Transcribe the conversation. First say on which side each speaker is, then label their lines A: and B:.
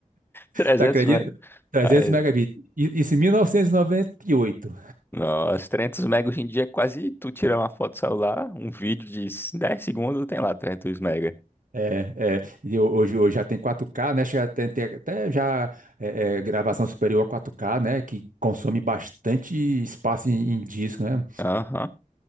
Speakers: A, on the left; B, on the right.
A: 300
B: Tá acredita?
A: mega.
B: 300
A: Ai,
B: megabits. I- Isso em 1998.
A: nossa, 300 mega hoje em dia é quase tu tirar uma foto do celular, um vídeo de 10 segundos, tem lá 300 mega.
B: É, é. E ho- hoje, hoje já tem 4K, né? Chega, tem, tem até já é, é, gravação superior a 4K, né? Que consome bastante espaço em, em disco, né?
A: Aham.